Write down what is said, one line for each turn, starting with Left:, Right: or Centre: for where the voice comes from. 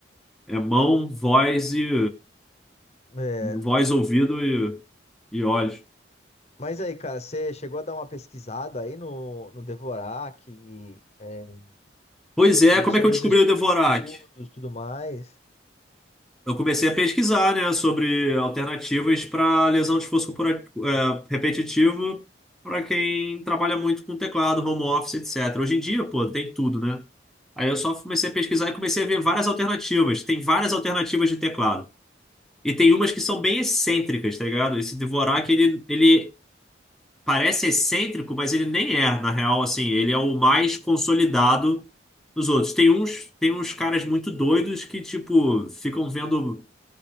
Centre: é mão, voz e
Left: É.
Centre: voz, ouvido e, e olhos.
Left: Mas aí, cara, você chegou a dar uma pesquisada aí no, no Dvorak, e, é,
Centre: Pois
Left: sobre,
Centre: é, como
Left: sobre
Centre: é que eu descobri
Left: os estudos
Centre: o Dvorak?
Left: e tudo mais?
Centre: Eu comecei a pesquisar, né, sobre alternativas para lesão de esforço corpora- é, repetitivo para quem trabalha muito com teclado, home office, etc. Hoje em dia, pô, tem tudo, né? Aí eu só comecei a pesquisar e comecei a ver várias alternativas. Tem várias alternativas de teclado. E tem umas que são bem excêntricas, tá ligado? Esse Dvorak, ele, ele parece excêntrico, mas ele nem é, na real, assim. Ele é o mais consolidado dos outros. Tem uns, tem uns caras muito doidos que, tipo, ficam vendo